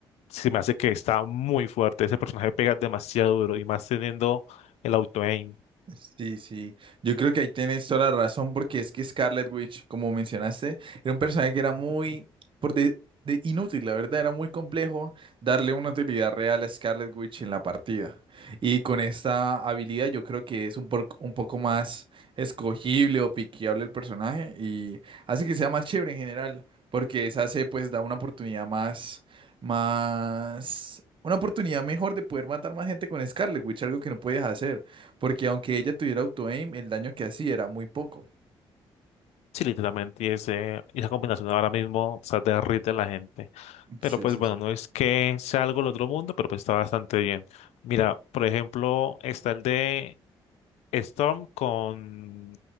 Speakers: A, on the left; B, on the right.
A: se me hace que está muy fuerte. Ese personaje pega demasiado duro y más teniendo el auto-aim.
B: Sí, sí. Yo creo que ahí tienes toda la razón porque es que Scarlet Witch, como mencionaste, era un personaje que era muy por de, de inútil, la verdad, era muy complejo darle una utilidad real a Scarlet Witch en la partida. Y con esta habilidad yo creo que es un, por- un poco más escogible o piqueable el personaje y hace que sea más chévere en general, porque esa se pues da una oportunidad más, más, una oportunidad mejor de poder matar más gente con Scarlet Witch, algo que no podías hacer. Porque aunque ella tuviera auto-aim, el daño que hacía era muy poco.
A: Sí, literalmente, y ese, y esa combinación ahora mismo, o sea, derrite a la gente. Pero
B: Sí,
A: pues
B: sí,
A: bueno,
B: sí.
A: no es que sea algo del otro mundo, pero pues está bastante bien. Mira, por ejemplo, está el de Storm con,